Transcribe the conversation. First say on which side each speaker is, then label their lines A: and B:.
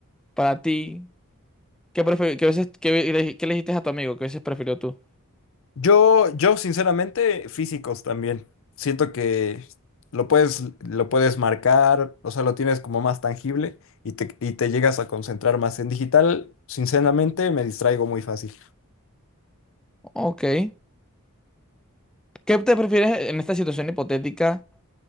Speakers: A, in the centre; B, on the left.
A: para ti. ¿Qué prefi- qué veces, qué, le qué le dijiste a tu amigo? ¿Qué veces prefirió tú?
B: Yo, yo sinceramente, físicos también. Siento que lo puedes, lo puedes marcar, o sea, lo tienes como más tangible y te, y te llegas a concentrar más. En digital, sinceramente, me distraigo muy fácil.
A: Ok. ¿Qué te prefieres en esta situación hipotética?